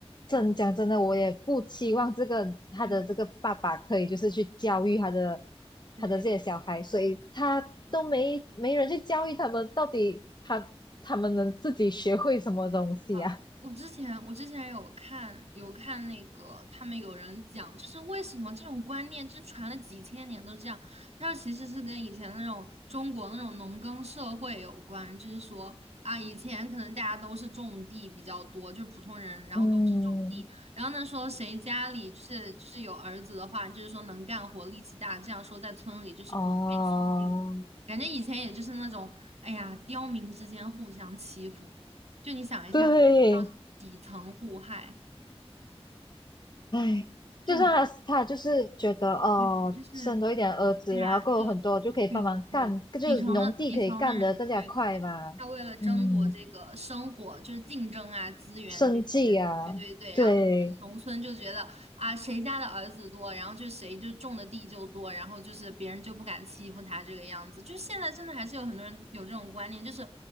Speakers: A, on the left; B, on the right.
A: 真讲真的，我也不期望这个他的这个爸爸可以就是去教育他的
B: 对对，对，
A: 他的这些小孩，所以他都没没人去教育他们，到底他他们能自己学会什么东西啊？
B: 啊，我之前我之前有看有看那个，他们有人讲，就是为什么这种观念就是传了几千年都这样。他说其实是跟以前那种中国那种农耕社会有关，就是说啊，以前可能大家都是种地比较多，就是普通人，然后都是种地。
A: 嗯，
B: 然后呢说谁家里就是就是有儿子的话，就是说能干活、力气大，这样说在村里就是不会被
A: 哦，
B: 感觉以前也就是那种，哎呀，刁民之间互相欺负，就你想一下，
A: 对，
B: 底层互害
A: 哎，
B: 就很，
A: 就算他他就是觉得哦，
B: 对，就是
A: 生多一点儿子，
B: 对呀，
A: 然后够有很多就可以帮忙干，
B: 就对对，
A: 就是农地可以干得更加快嘛。
B: 底层的底层的人，对对对，他为了争夺这个生活，
A: 嗯，
B: 就是竞争啊、资源这些，
A: 生计啊，
B: 对对对。
A: 对
B: 然后就农村就觉得啊，谁家的儿子多，然后就谁就种的地就多，然后就是别人就不敢欺负他这个样子。就现在真的还是有很多人有这种观念，就是